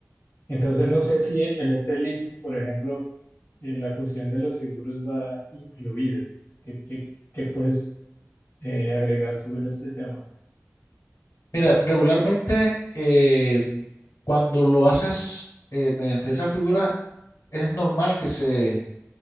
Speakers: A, on the left; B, on the left.
A: Entonces, no sé si en este leasing, por ejemplo, eh, la cuestión de los seguros va incluida. ¿Qué, qué- qué puedes eh, agregar tú en este tema?
B: Mira, regularmente eh, cuando lo haces eh, mediante esa figura, es normal que se